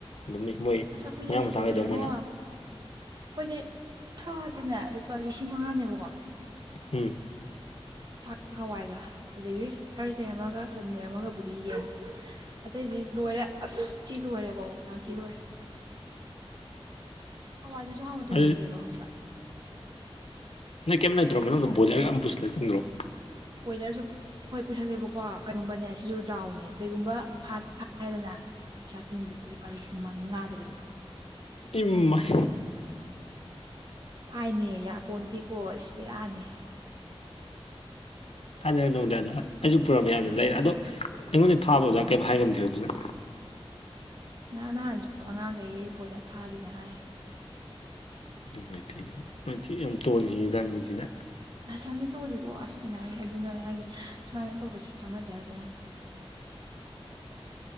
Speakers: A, on the left; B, on the right.
A: ꯑꯗꯨꯝ ꯃꯤ ꯃꯣꯏ
B: ꯑꯁ ꯑꯩꯈꯣꯏꯗꯤ
A: ꯃꯌꯥꯡ ꯃꯆꯥꯈꯩꯗꯣ
B: ꯂꯣꯏꯔꯦꯉꯣ
A: ꯃꯣꯏꯅ
B: ꯑꯩꯈꯣꯏꯗꯤ ꯊꯥꯗꯅꯦ ꯂꯨꯄꯥ ꯂꯤꯁꯤꯡ ꯃꯉꯥꯅꯦꯕꯀꯣ
A: ꯎꯝ
B: ꯆꯥꯛ ꯈꯥꯋꯥꯏꯒ ꯑꯗꯒꯤ ꯊꯔꯁꯗꯦ ꯑꯃꯒ ꯁꯟꯗꯦ ꯑꯃꯒꯕꯨꯗꯤ ꯌꯦꯟ ꯑꯇꯩꯗꯤ ꯂꯣꯏꯔꯦ ꯑꯁ ꯊꯤ ꯂꯣꯏꯔꯦꯀꯣ ꯌꯥꯝ ꯊꯤ ꯂꯣꯏꯔꯦ
A: <inaudible>
B: ꯍꯋꯥꯏꯗꯨꯁꯨ ꯍꯥꯎꯅ ꯇꯣꯡꯕꯤꯗꯦꯕ
A: ꯑꯗꯨ
B: ꯈꯪꯕ꯭ꯔꯥ
A: ꯅꯣꯏ ꯀꯦꯝ ꯂꯩꯇ꯭ꯔꯣ ꯃꯅꯨꯡꯗ ꯕꯣꯏꯂꯔ ꯑꯝ ꯄꯨꯁꯤꯟꯂꯥ ꯆꯪꯗ꯭ꯔꯣ
B: ꯕꯣꯏꯂꯔꯁꯨ ꯍꯣꯏ ꯄꯨꯁꯜꯂꯦꯕꯀꯣ ꯀꯩꯒꯨꯝꯕꯅꯦ ꯁꯤꯁꯨ ꯗꯥꯎꯅꯦ ꯀꯩꯒꯨꯝꯕ ꯍꯥꯏꯔꯦꯗꯅ ꯄꯩꯁꯥ ꯇꯤꯡ <unintelligible> ꯂꯨꯄꯥ ꯂꯤꯁꯤꯡ ꯃꯉꯥꯗꯔꯤꯕ
A: ꯏꯝꯃꯥꯏ
B: ꯐꯥꯏꯅꯦ ꯌꯥꯄꯣꯟꯇꯦꯀꯣ ꯏꯁ ꯄꯦꯔꯥꯅꯦ
A: <unintelligible> ꯑꯩꯁꯨ ꯄꯨꯔꯝ ꯃꯌꯥꯝꯅ ꯂꯩꯔꯦ
B: ꯉꯔꯥꯡ
A: ꯑꯗꯣ ꯑꯩꯉꯣꯟꯗ ꯐꯥꯕꯗꯨꯗ ꯑꯣꯖꯥ ꯀꯩꯝ ꯍꯥꯏꯉꯝꯗꯦꯕ ꯑꯗꯨꯅ
B: ꯉꯍꯥꯟ ꯅꯍꯥꯟꯁꯨ ꯑꯉꯥꯡꯈꯩ ꯕꯣꯏꯂꯔ ꯐꯥꯒꯤꯗꯉꯥꯏ
A: ꯅꯨꯡꯥꯏꯊꯦꯅꯦ <unintelligible> ꯌꯥꯝ ꯇꯣꯟꯅ ꯍꯤꯡꯉꯤꯖꯥꯅꯤ ꯄꯨꯟꯁꯤꯗ
B: ꯑꯁ <unintelligible> ꯇꯣꯜꯂꯤꯀꯣ ꯑꯁ ꯑꯩꯅꯥ ꯍꯥꯏ ꯑꯗꯨꯅ ꯍꯥꯏꯗꯤ ꯁꯨꯃꯥꯏꯅ ꯇꯧꯕꯁꯤ ꯆꯥꯟꯅꯗꯦ ꯍꯥꯏꯁꯦ